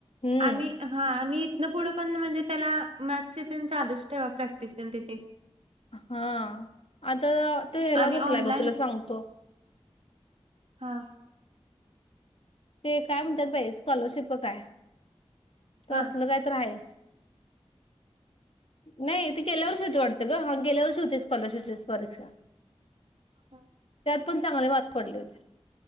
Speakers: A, on the left; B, on the right.
A: हम्म.
B: आणि हा आणि इथनं पुढं पण म्हणजे त्याला मॅथसचे चालूच ठेवा प्रॅक्टिस त्याची
A: हा आता तो ह्यायला
B: आणि
A: बसलाय
B: ऑनलाईन
A: ग तुला सांगतो.
B: हा.
A: ते काय म्हणतात भाई स्कॉलरशिप काय.
B: हा.
A: असल काय तर आहे नाही त गल्या वर्षी
B: हा
A: हो
B: हा
A: वा गेल्या वर्षी होॉलरशप पक्षा.
B: हा.
A: पण चांगले मारग पडले होते.